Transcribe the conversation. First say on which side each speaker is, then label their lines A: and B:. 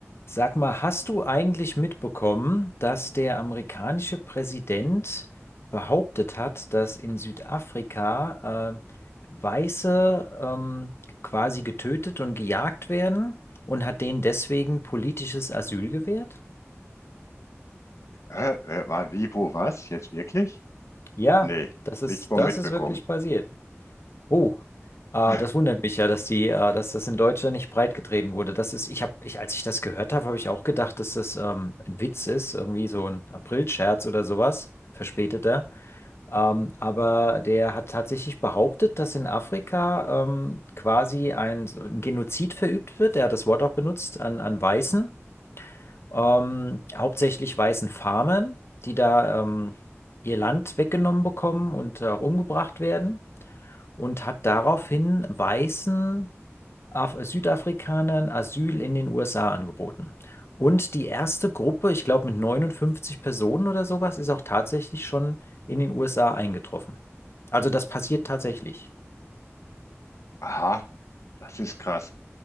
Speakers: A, on the left; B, on the left.
A: Sag mal, hast du eigentlich mitbekommen, dass der amerikanische Präsident behauptet hat, dass in Südafrika äh, Weiße ähm, quasi getötet und gejagt werden und hat denen deswegen politisches Asyl gewährt?
B: Äh, äh, war wie, wo, was? Jetzt wirklich?
A: Ja,
B: Nee,
A: das ist,
B: nichts mehr
A: das
B: mitbekommen.
A: ist wirklich passiert. Oh, äh,
B: <laughs>
A: das wundert mich ja, dass die, äh, dass das in Deutschland nicht breitgetreten wurde. Das ist, ich habe, ich, als ich das gehört habe, habe ich auch gedacht, dass das ähm, ein Witz ist, irgendwie so ein Aprilscherz oder sowas, verspäteter. Ähm, aber der hat tatsächlich behauptet, dass in Afrika ähm, quasi ein, so ein Genozid verübt wird. Er hat das Wort auch benutzt an, an Weißen, ähm, hauptsächlich weißen Farmern, die da ähm, ihr Land weggenommen bekommen und auch umgebracht werden und hat daraufhin weißen Af Südafrikanern Asyl in den USA angeboten. Und die erste Gruppe, ich glaube mit 59 Personen oder sowas, ist auch tatsächlich schon in den USA eingetroffen. Also das passiert tatsächlich.
B: Aha, das ist krass.